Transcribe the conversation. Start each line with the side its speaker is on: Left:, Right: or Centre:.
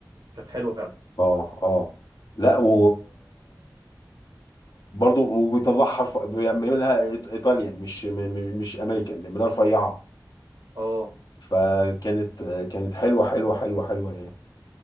Right: كانت حلوه فعلا
Left: اه اه لا و برضه وبيطلع حرف بيعملها إيط- ايطاليا مش م- م- مش امريكان بيعملها رفيعه
Right: اه
Left: فكانت كانت حلوه حلوه حلوه حلوه يعني